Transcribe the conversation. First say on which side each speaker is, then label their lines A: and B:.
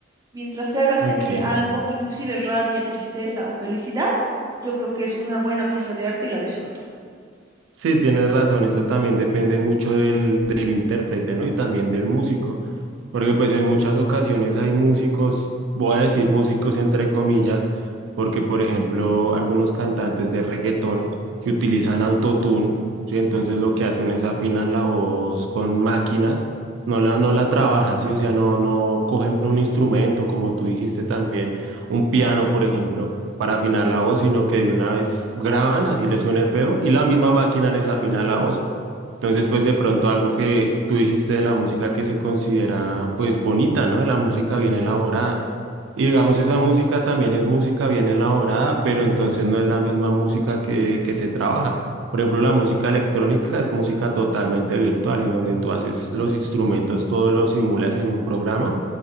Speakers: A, on the right; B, on the right.
A: mientras te haga
B: Ok.
A: sentir algo, inclusive rabia, tristeza o felicidad, yo creo que es una buena pieza de arte y la disfruto.
B: Sí, tienes razón, eso también depende mucho del, del intérprete, ¿no? Y también del músico, porque pues en muchas ocasiones hay músicos, voy a decir músicos entre comillas, porque por ejemplo algunos cantantes de reggaetón que utilizan autotune, ¿sí? Entonces lo que hacen es afinan la voz con máquinas, no la, no la trabajan, ¿sí? O sea, no, no cogen un instrumento, como tú dijiste también, un piano, por ejemplo para afinar la voz, sino que de una vez graban, así les suene feo, y la misma máquina les afina la voz. Entonces, pues de pronto algo que tú dijiste de la música que se considera pues bonita, ¿no? De la música bien elaborada. Y digamos, esa música también es música bien elaborada, pero entonces no es la misma música que, que se trabaja. Por ejemplo, la música electrónica es música totalmente virtual, en donde tú haces los instrumentos, todos los simulas en un programa